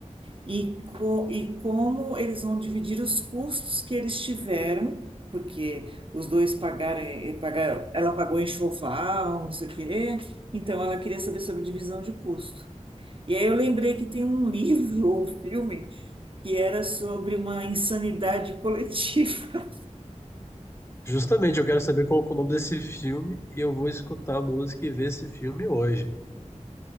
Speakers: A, on the right; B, on the left.
A: e, co, e como eles vão dividir os custos que eles tiveram, porque os dois pagaram, eh, pagaram, ela pagou enxoval, não sei o quê, então ela queria saber sobre divisão de custo. E aí eu lembrei que tem um <laughs> livro ou filme que era sobre uma insanidade coletiva.
B: Justamente, eu quero saber qual que é o nome desse filme e eu vou escutar a música e ver esse filme hoje.